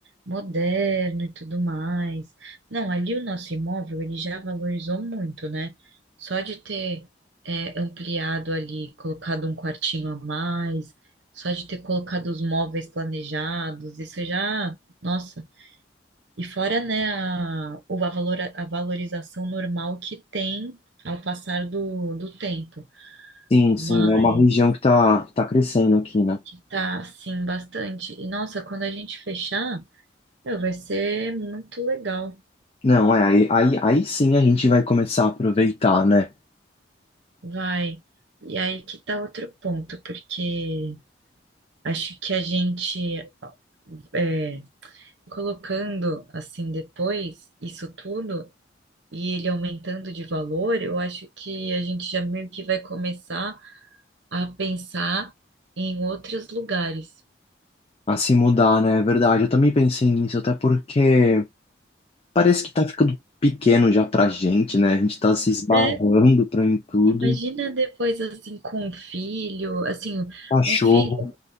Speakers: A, on the right; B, on the left.
A: moderno e tudo mais. Não, ali o nosso imóvel ele já valorizou muito, né? Só de ter é, ampliado ali, colocado um quartinho a mais, só de ter colocado os móveis planejados, isso já, nossa. E fora, né, a, o- a, valora- a valorização normal que tem ao passar do, do tempo,
B: Sim, sim,
A: mas
B: é uma região que tá, tá crescendo aqui, né?
A: que tá, assim, bastante. E nossa, quando a gente fechar. Não, vai ser muito legal,
B: Não, é, aí, aí, aí sim a gente vai começar a aproveitar, né?
A: vai. E aí que tá outro ponto, porque acho que a gente é, colocando assim depois isso tudo e ele aumentando de valor, eu acho que a gente já meio que vai começar a pensar em outros lugares.
B: A se mudar, né? É verdade, eu também pensei nisso, até porque parece que tá ficando pequeno já pra gente, né? A gente tá se esbarrando
A: É,
B: pra em tudo.
A: imagina depois assim com um filho, assim,
B: Cachorro,
A: um filho